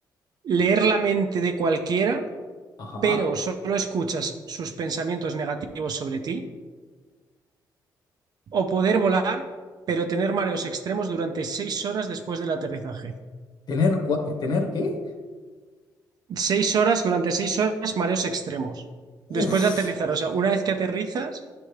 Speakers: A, on the right; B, on the left.
A: leer la mente de cualquiera,
B: Ajá.
A: pero solo escuchas sus pensamientos negativos sobre ti, o poder volar, pero tener mareos extremos durante seis horas después del aterrizaje.
B: ¿Tener, cua- ¿tener qué?
A: Seis horas, durante seis horas, mareos extremos.
B: Uf.
A: Después de aterrizar, o sea, una vez que aterrizas,